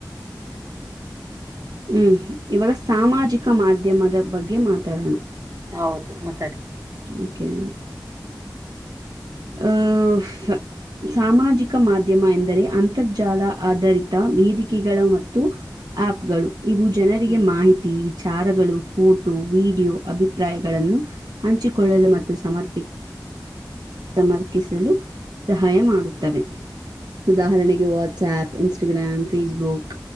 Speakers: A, on the right; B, on the right.
A: ಹ್ಮ್ ಇವಗ ಸಾಮಾಜಿಕ ಮಾಧ್ಯಮದ ಬಗ್ಗೆ ಮಾತಾಡೋಣ
B: ಹೌದು ಮಾತಾಡಿ
A: ಓಕೆ <inaudible> ಸಾಮಾಜಿಕ ಮಾಧ್ಯಮ ಎಂದರೆ ಅಂತರ್ಜಾಲ ಆಧಾರಿತ ವೇದಿಕೆಗಳ ಮತ್ತು ಆಪ್ ಗಳು ಇವು ಜನರಿಗೆ
B: ಹ್ಮ್
A: ಮಾಹಿತಿ ವಿ ಚಾರಗಳು ಫೋಟೋ ವಿಡಿಯೋ ಅಭಿಪ್ರಾಯಗಳನ್ನು ಹಂಚಿಕೊಳ್ಳಲು ಮತ್ತು ಸಮರ್ಪ ಸಮರ್ ಸಮರ್ಪಿಸಲು ಸಹಾಯ ಮಾಡುತ್ತವೆ ಉದಾಹರಣಕ್ಕೆ WhatsApp Instagram Facebook